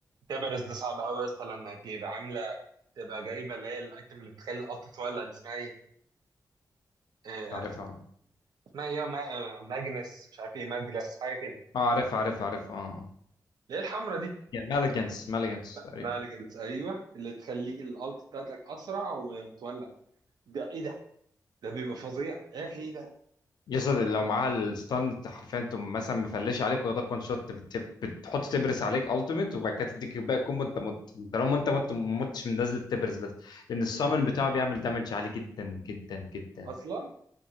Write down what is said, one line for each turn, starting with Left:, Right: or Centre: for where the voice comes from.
Right: تبرز ده صعب قوي اصلا لما تبقى عامله تبقى جايبه اللي هي الايتم اللي بتخلي الالت تولع دي اسمها ايه آه،
Left: مش عارفها
Right: اسمها ايه يا ما- آه، ماجنس مش عارف ايه ماجلس حاجه كده
Left: اه عارفها عارفها عارفها اه
Right: اللي هي الحمرا دي
Left: مالجنس مالجنس تقريبا
Right: مالجنس ايوه اللي تخليك الالت بتاعتك اسرع وتولع ده ايه ده ده بيبقى فظيع يا اخي ايه ده
Left: يصل لو معاها الستاند حرفيا تقوم مثلا مفلش عليك واخدك وان شوت بت- بتحط تبرس عليك التيميت وبعد كده تديك باقي الكومبو انت مت طالما انت
Right: اه
Left: مت ما متش من نزله تبرس بس لان السامن
Right: ده بي-
Left: بتاعه بيعمل دامج عالي جدا جدا جدا
Right: اصلا